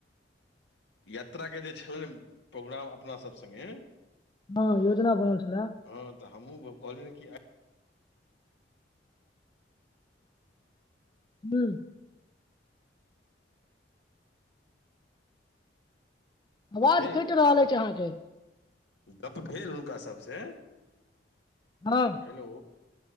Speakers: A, on the left; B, on the left.
A: यात्रा के जे छलैन प्रोग्राम अपना सब सँगे
B: हँ योजना बनल छलैह
A: हँ तऽ हमू कहली कि
B: हु आवाज
A: भेल
B: कैट रहल ऐछ अहाँके
A: गप भेल हुनका सभ से
B: हँ
A: हेलो